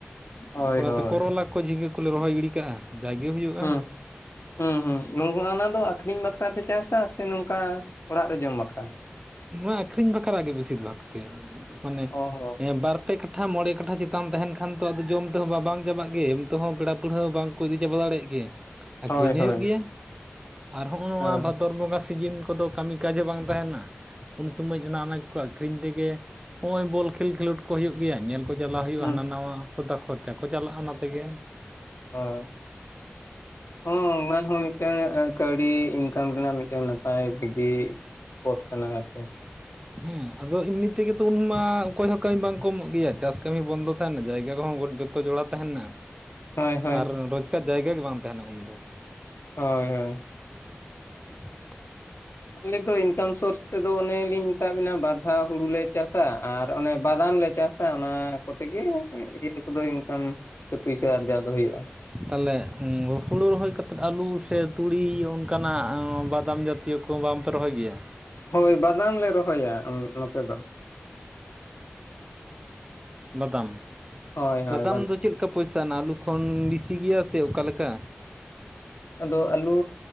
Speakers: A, on the left (about 85°); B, on the right (about 20°).
A: ᱦᱳᱭ
B: ᱚᱱᱟᱛᱮ
A: ᱦᱳᱭ
B: ᱠᱚᱨᱚᱞᱟ ᱠᱚ ᱡᱷᱤᱸᱜᱟᱹ ᱠᱚᱞᱮ ᱨᱚᱦᱚᱭ ᱜᱤᱰᱤ ᱠᱟᱜ-ᱟ ᱡᱟᱜᱮ ᱦᱩᱭᱩᱜ-ᱟ
A: ᱦᱩᱸ ᱦᱩᱸ ᱦᱩᱸ ᱚᱱᱟ ᱫᱚ ᱟᱠᱷᱨᱤᱧ ᱵᱟᱠᱷᱨᱟ ᱯᱮ ᱪᱟᱥᱟ ᱥᱮ ᱱᱚᱝᱠᱟ ᱚᱲᱟᱜ ᱨᱮ ᱡᱚᱢ ᱵᱟᱠᱷᱨᱟ
B: ᱱᱚᱣᱟ ᱟᱹᱠᱷᱨᱤᱧ ᱵᱟᱠᱷᱨᱟ ᱜᱮ ᱵᱮᱥᱤᱨ ᱵᱷᱟᱜᱽ ᱛᱮ ᱢᱟᱱᱮ
A: ᱚ ᱦᱚᱸ
B: ᱵᱟᱨ ᱯᱮ ᱠᱟᱴᱷᱟ ᱢᱚᱬᱮ ᱠᱟᱴᱷᱟ ᱪᱮᱛᱟᱱ ᱛᱟᱦᱮᱱ ᱠᱷᱟᱱ ᱫᱚ ᱡᱚᱢ ᱛᱮᱦᱚᱸ ᱵᱟᱝ ᱵᱟᱝ ᱪᱟᱵᱟᱜ ᱜᱮ, ᱮᱱᱛᱮᱦᱚᱸ ᱯᱮᱲᱟ ᱯᱟᱹᱲᱦᱟᱹ ᱵᱟᱝᱠᱚ ᱤᱫᱤ ᱪᱟᱵᱟ ᱫᱟᱲᱮᱭᱟᱜ ᱜᱮᱭᱟ᱾ ᱟᱹᱠᱷᱨᱤᱧ
A: ᱦᱳᱭ ᱦᱳᱭ
B: ᱦᱩᱭᱩᱜ ᱜᱮᱭᱟ ᱟᱨ ᱦᱚᱦᱚ ᱱᱚᱣᱟ
A: ᱦᱮᱸ
B: ᱵᱷᱟᱫᱚᱨ ᱵᱚᱸᱜᱟ ᱥᱮ ᱥᱤᱡᱤᱱ ᱠᱚᱫᱚ ᱠᱟᱹᱢᱤ ᱠᱟᱡ ᱦᱚ ᱵᱟᱝ ᱛᱟᱦᱮᱱᱟ ᱩᱱ ᱥᱚᱢᱚᱭ ᱚᱱᱟ ᱟᱱᱟᱡᱽ ᱠᱚ ᱟᱠᱷᱨᱤᱧ ᱛᱮᱜᱮ ᱱᱚᱜ-ᱚᱭ ᱵᱚᱞ ᱠᱷᱮᱞ ᱠᱷᱮᱞᱳᱰ ᱠᱚ ᱦᱩᱭᱩᱜ ᱜᱮᱭᱟ ᱧᱮᱞ ᱠᱚ ᱪᱟᱞᱟᱣ ᱦᱩᱭᱩᱜ-ᱟ
A: ᱦᱩᱸ
B: ᱦᱟᱱᱟ ᱱᱟᱣᱟ ᱥᱚᱫᱟ ᱠᱷᱚᱨᱪᱟ ᱠᱚ ᱪᱟᱞᱟᱜ-ᱟ ᱚᱱᱟ ᱛᱮᱜᱮ
A: ᱳ
B: <inaudible>
A: ᱦᱚ ᱚᱱᱟ ᱦᱚ ᱢᱤᱫᱴᱟᱝ ᱠᱟᱹᱣᱰᱤ ᱤᱱᱠᱟᱢ ᱨᱮᱱᱟᱜ ᱢᱤᱫᱴᱟᱝ ᱱᱟᱯᱟᱭ ᱜᱮ ᱯᱚᱫ ᱠᱟᱱᱟ ᱟᱨ ᱪᱮᱫ
B: ᱦᱮᱸ ᱟᱫᱚ ᱮᱢᱱᱤ ᱛᱮᱜᱮ ᱛᱚ ᱩᱱᱢᱟ ᱚᱠᱚᱭ ᱦᱚᱸ ᱠᱟᱹᱢᱤ ᱵᱟᱝ ᱠᱚ ᱮᱢᱚᱜ ᱜᱮᱭᱟ ᱪᱟᱥ ᱠᱟᱹᱢᱤ ᱵᱚᱱᱫᱚ ᱛᱟᱦᱮᱱᱟ ᱡᱟᱭᱜᱟ ᱠᱚᱦᱚᱸ ᱡᱚᱛᱚ ᱛᱚ ᱡᱚᱲᱟ ᱛᱟᱦᱮᱱᱟ
A: ᱦᱳᱭ ᱦᱳᱭ
B: ᱟᱨ ᱨᱳᱡᱽᱜᱟᱨ ᱡᱟᱭᱜᱟ ᱜᱮ ᱵᱟᱝ ᱛᱟᱦᱮᱱᱟ ᱩᱱᱫᱚ᱾
A: ᱦᱳᱭ ᱦᱳᱭ
B: <inaudible>
A: ᱟᱞᱮ ᱫᱚ ᱤᱱᱠᱟᱢ ᱥᱳᱨᱥ ᱛᱮᱫᱚ ᱚᱱᱮ ᱞᱤᱱ ᱢᱮᱛᱟ ᱵᱤᱱᱟ ᱵᱟᱨᱫᱷᱟ ᱦᱩᱲᱩ ᱞᱮ ᱪᱟᱥ ᱟ ᱟᱨ ᱚᱱᱮ ᱵᱟᱫᱟᱢ ᱞᱮ ᱪᱟᱥᱟ ᱚᱱᱟ ᱠᱚᱛᱮᱜᱮ ᱤᱭᱟᱹ ᱠᱚᱫᱚ ᱤᱱᱠᱟᱢ ᱥᱮ ᱯᱩᱭᱥᱟᱹ ᱟᱨᱡᱟᱣ ᱫᱚ ᱦᱩᱭᱩᱜ-ᱟ
B: ᱛᱟᱦᱚᱞᱮ ᱦᱩᱲᱩ ᱨᱚᱦᱚᱭ ᱠᱟᱛᱮᱫ ᱟᱹᱞᱩ ᱥᱮ ᱛᱩᱲᱤ ᱚᱱᱠᱟᱱᱟᱜ ᱵᱟᱫᱟᱢ ᱡᱟᱹᱛ ᱪᱮᱫ ᱠᱚ ᱵᱟᱢ ᱯᱮ ᱨᱚᱦᱚᱭ ᱜᱮᱭᱟ
A: ᱦᱳᱭ ᱵᱟᱫᱟᱢ ᱞᱮ ᱨᱚᱦᱚᱭᱟ ᱱᱚᱛᱮ ᱫᱚ
B: ᱵᱟᱫᱟᱢ
A: ᱦᱳᱭ ᱦᱳᱭ
B: ᱵᱟᱫᱟᱢ ᱫᱚ ᱪᱮᱫ ᱯᱚᱭᱥᱟ ᱟᱞᱩ ᱠᱷᱚᱱ ᱵᱤᱥᱤ ᱜᱮᱭᱟ ᱥᱮ ᱚᱠᱟᱞᱮᱠᱟ
A: ᱟᱫᱚ ᱟᱞᱩᱻᱻᱻ